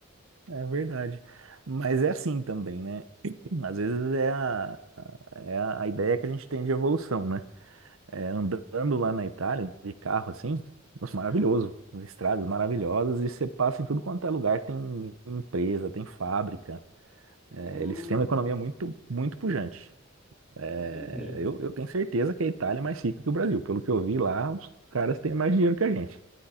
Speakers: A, on the right (about 70°); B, in the centre.
A: É verdade. Mas é assim também, né? Às vezes é a, é a a ideia que a gente tem de evolução, né? é, andando lá na Itália, de carro assim, nossa, maravilhoso.
B: Hum,
A: As estradas maravilhosas e você passa em tudo quanto é lugar, tem empresa, tem fábrica. É,
B: hum,
A: eles têm uma economia muito, muito pujante. É,
B: entendi.
A: eu, eu tenho certeza que a Itália é mais rica que o Brasil. Pelo que eu vi lá, os caras têm mais dinheiro que a gente.